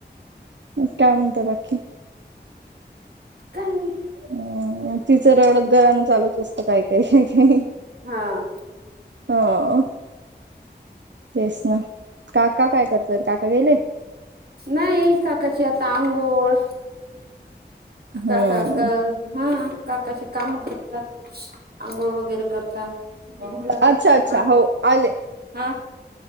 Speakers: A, on the right; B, on the right.
A: मग काय म्हणता बाकी?
B: काही नाही.
A: हम तिचं रडत घराणं चालूच असतं काय काय काही
B: हा
A: हां तेच हं काका काय करतायत काका गेले?
B: नाही काकाची आता आंघोळ काका
A: हम्म
B: का हां काकाचे काम कर आंघोळ वगैरे करतात मग जातात
A: अच्छा अच्छा
B: हां.
A: हो आले.
B: हां